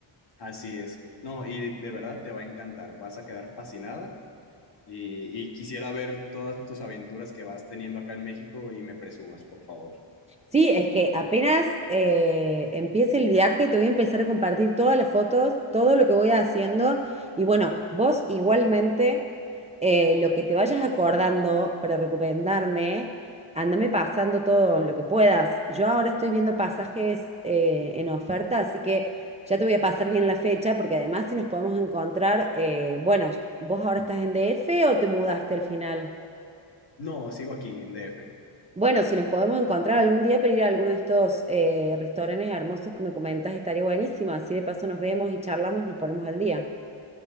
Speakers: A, on the left (about 55°); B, on the right (about 15°).
A: así es. No, y de verdad te va a encantar, vas a quedar fascinada. Y, y quisiera ver todas tus aventuras que vas teniendo acá en México y me presumas, por favor.
B: Sí, es que apenas eh, empiece el viaje, te voy a empezar a compartir todas las fotos, todo lo que voy haciendo. Y bueno, vos igualmente, eh, lo que te vayas acordando para recomendarme, andame pasando todo lo que puedas. Yo ahora estoy viendo pasajes eh, en oferta, así que ya te voy a pasar bien la fecha, porque además si nos podemos encontrar, eh, bueno, vos ahora estás en DF o te mudaste al final.
A: No, sigo aquí en DF.
B: Bueno, si nos podemos encontrar algún día para ir a alguno de estos eh, restaurantes hermosos que me comentas, estaría buenísimo. Así de paso nos vemos y charlamos y nos ponemos al día.